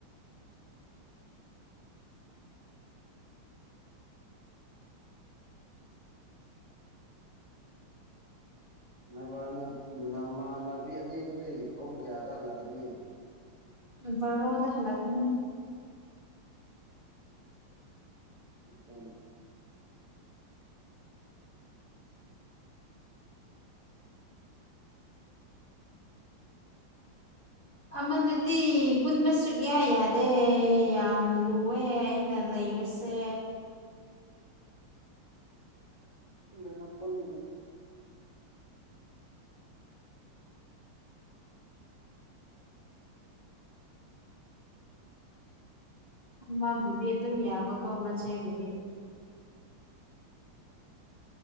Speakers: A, on the right; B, on the left.
A: ꯅꯕꯥꯅꯕ ꯅꯃꯥꯅꯕꯤ ꯑꯅꯤꯗꯨꯗꯤ ꯄꯨꯡ ꯀꯌꯥꯗ ꯍꯜꯂꯛꯀꯅꯤ
B: ꯕꯥꯔꯣꯗ ꯍꯂꯛꯀꯅꯤ
A: <unintelligible>
B: ꯑꯃꯗꯨꯗꯤ ꯄꯨꯟꯕ ꯁꯨꯛꯌꯥ ꯌꯥꯗꯦ ꯌꯥꯝ ꯂꯨꯋꯦ ꯑꯩꯅ ꯂꯩꯕꯁ ꯁꯦ
A: ꯄꯨꯟꯉꯅꯣ ꯄꯨꯟꯉꯅꯣ
B: ꯃꯥꯕꯨꯗꯤ ꯑꯗꯨꯝ ꯌꯥꯕꯀꯣ ꯃꯆꯦꯕꯨꯗꯤ